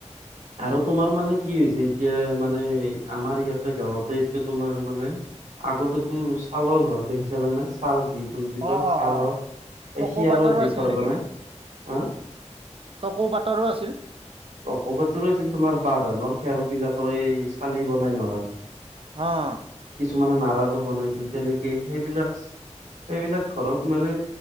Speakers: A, on the right; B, on the right.
A: আৰু তোমাৰ মানে কি হৈছে এতিয়া মানে আমাৰ ইয়াতে গাঁৱতে এতিয়া তোমাৰ মানে আগতেতো ছালৰ ঘৰত দেখি চিলা নে? ছাল যি বুলি
B: অ
A: কয়
B: অ
A: ছালৰ
B: অ টকৌ
A: এখিয়াৰ
B: পাতৰো
A: যি
B: আছিল
A: ঘৰ
B: নেকি
A: বনাই, হ
B: টকৌ পতৰো আছিল।
A: টকৌ পাটৰো আছিল তোমাৰ বাহ ধানৰ খেৰ বিলাকৰ এই চালি বনাই নহয়।
B: অ'।
A: কিছুমানে নাৰাৰো বনাইছিল তেনেকে, সেইবিলাক এইবিলাক ঘৰত মানে